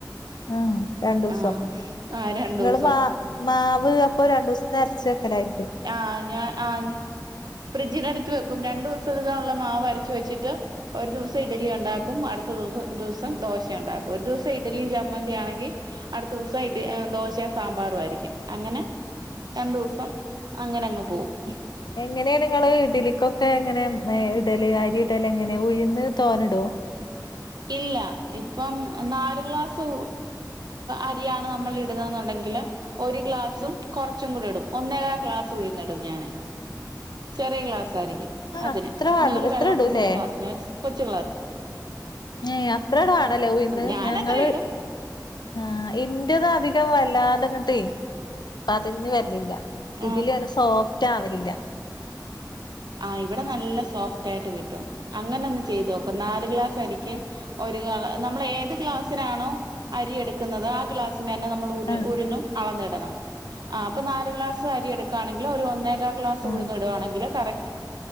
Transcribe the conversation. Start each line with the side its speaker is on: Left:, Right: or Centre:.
Left: ആഹ് രണ്ടു ദിവസം
Right: ആഹ് ആഹ് രണ്ടൂസം
Left: നിങ്ങള് മാ മാവ് അപ്പോ രണ്ട് ദിവസത്തിന് അരച്ച് വെക്കലായി
Right: ആഹ ഞാൻ ആ ഞാ ഫ്രിഡ്ജിനടുത്ത് വെക്കും രണ്ടു ദിവസത്തിനുള്ള മാവ് അരച്ചു വെച്ചിട്ട് ഒരു ദിവസം ഇഡലി ഉണ്ടാക്കും അടുത്ത ദിവസം ദിസം ദോശ ഉണ്ടാക്കും ഒരു ദിവസം ഇഡലിയും ചമ്മന്തിയാണെങ്കിൽ അടുത്ത ദിവസം ഇഡ ദോശയും സാമ്പാറും ആയിരിക്കും അങ്ങനെ രണ്ടു ദിവസം അങ്ങനെ അങ്ങ് പോവും
Left: എങ്ങനെണ് നിങ്ങള് ഇഡ്ലിക്കൊ എങ്ങനെ ഇടൽ അരി എങ്ങനെ ഉഴുന്ന് തോന്നടോ
Right: ഇല്ല ഇപ്പം നാലു ഗ്ലാസ് അരിയാണ് നമ്മൾ ഇടുന്നെന്നുണ്ടെങ്കില് ഒരു ഗ്ലാസും കുറച്ചും കൂടി ഇടും ഒന്നേക്കാ ഗ്ലാസ് ഉഴുന്നിടും ഞാന് ചെറിയ ഗ്ലാസ് സാരിക്കും
Left: ആഹ്
Right: അതിന്
Left: അത്ര വേണ്ട
Right: ഞങൾ
Left: ഇത്ര
Right: വെള്ളം
Left: ഇടൂല്ലേ
Right: കുടിക്കുന്ന ക്ലാസിന് കൊച്ചു ഗ്ലാസ്‌
Left: ഏ അത്ര മാണല്ലേ ഉഴുന്ന്
Right: ഞാനത്ര
Left: ഞങ്ങൾ
Right: ഇടും
Left: ആഹ ഇ ന്റേത് അധികം വല്ലാതെഅങ്ങട്ട് പതഞ്‌ വരലില്ല ഇതിൽ
Right: ആഹ്
Left: ഒന്ന് സോഫ്റ്റ് ആവലില്ല
Right: ആ ഇവിടെ നല്ല സോഫ്റ്റ് ആയിട്ട് കിട്ടും അങ്ങനെ ഒന്ന് ചെയ്ത് നോക്ക് നാല് ഗ്ലാസ് അരിക്ക് ഒരു ഗ്ലാ നമ്മൾ ഏത് ഗ്ലാസ്സിനാണോ അരിയെടുക്കുന്നത് ആ ഗ്ലാസ് തന്നെ നമ്മൾ ഉരു
Left: ആഹ്
Right: ഉഴുന്നും അളന്നിടണം ആ അപ്പൊ നാൽ ഗ്ലാസ് അരി എടുക്കുകയാണെങ്കിൽ ഒരു ഒന്നേ കാ ക്ലാസ്
Left: ആഹ്
Right: ഉഴുന്ന് ഇടാണെങ്കിൽ കറക്റ്റ്